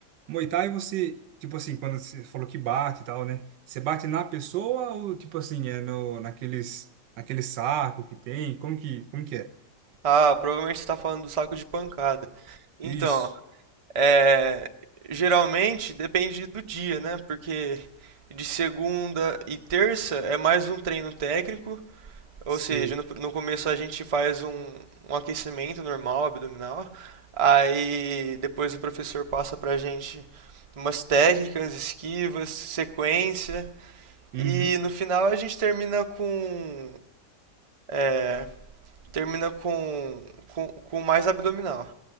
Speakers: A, on the right; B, on the right.
A: Muay Thai você, tipo assim, quando você falou que bate e tal, né? Você bate na pessoa ou tipo assim, é no naqueles naquele saco que tem? Como que, como que é?
B: Ah, provavelmente você tá falando do saco de pancada. Então,
A: Isso.
B: É, geralmente depende do dia, né? Porque de segunda e terça é mais um treino técnico, ou
A: Sei.
B: seja, no, no começo a gente faz um, um aquecimento normal, abdominal, aí depois o professor passa pra gente umas técnicas, esquivas, sequência,
A: Uhum.
B: e no final a gente termina com, é, termina com, com, com mais abdominal.